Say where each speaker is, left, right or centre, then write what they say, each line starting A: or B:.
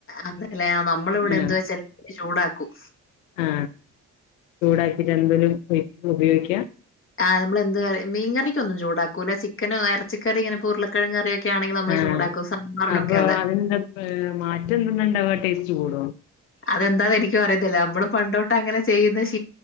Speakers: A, on the left; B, on the left.
A: അല്ലേ നമ്മളിവിടെ
B: ആ
A: എന്ത് വെച്ചാലും ചൂടാക്കും
B: ആ ചൂടാക്കിട്ട് എന്തലും ഉപയോഗിക്കാം
A: ആഹ് നമ്മൾ എന്ത് മീകറിക്കൊന്നും ചൂടാക്കൂല ചിക്കനും ഇറച്ചിക്കറി ഇങ്ങനെ ഉരുളക്കറിയെ കറിയൊക്കെ ആണെങ്കിൽ നമ്മള്
B: ആഹ്
A: ചൂടാക്കും സാമ്പാറിനൊക്കെ
B: അപ്പൊ
A: അതെ
B: അതിന്താ മാറ്റ എന്തണ്ടാവ ടേസ്റ്റ് കൂടോ
A: അതെന്താന്ന് എനിക്കും അറിയത്തില്ല നമ്മള് പണ്ടുതൊട്ട് അങ്ങനെ ചെയ്യുന്ന ശീ